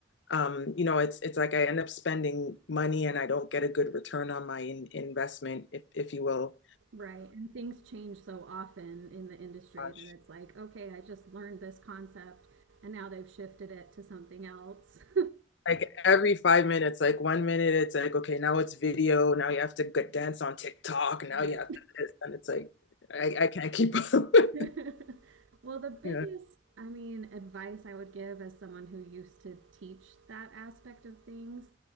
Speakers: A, on the left (about 70°); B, on the right (about 80°).
A: um, you know, it's it's like I end up spending money and I don't get a good return on my in investment, if if you will.
B: Right. And things change so often in the industry
A: Um,
B: that it's like, okay, I just learned this concept and now they've shifted it to something else. <laughs>
A: Like every five minutes, like one minute, it's like, okay, now it's video. Now you have to go dance on TikTok. Now
B: Yeah.
A: you have to this. And it's like, I, I can't keep up.
B: <laughs>
A: <laughs>
B: Well, the biggest,
A: Yeah.
B: I mean, advice I would give as someone who used to teach that aspect of things